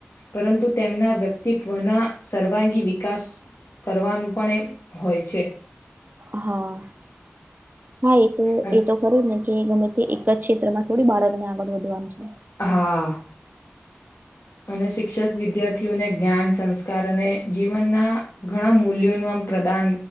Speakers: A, on the left; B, on the right.
A: પરંતુ તેમના વ્યક્તિત્વ. ઘના સર્વાંગી વિકાસ કરવાનું પણ એમ હોય છે.
B: હા હા એ તો
A: અને
B: એ તો ખરું જ ને કે ગમે તે એક જ ક્ષેત્રમાં. થોડી બાળક ને આગળ વધવાનું છે.
A: હા અને શિક્ષક વિદ્યાર્થીઓને જ્ઞાન સંસ્કાર અને જીવનના ઘણા મૂલ્યોનું આમ. પ્રદાન